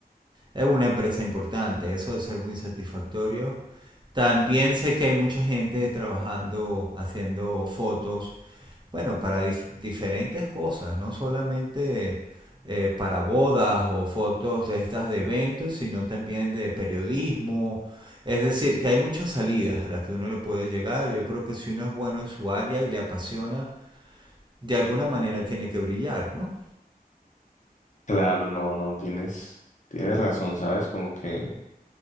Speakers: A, on the right; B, on the left.
A: es una empresa importante, eso debe ser muy satisfactorio. También sé que hay mucha gente trabajando, haciendo fotos, bueno, para dif- diferentes cosas, no solamente eh, para bodas o fotos de estas de eventos, sino también de periodismo. Es decir, que hay muchas salidas a las que uno le puede llegar. Yo creo que si uno es bueno en su área y le apasiona, de alguna manera tiene que brillar, ¿no?
B: claro, no, no, tienes, tienes razón, ¿sabes? Como que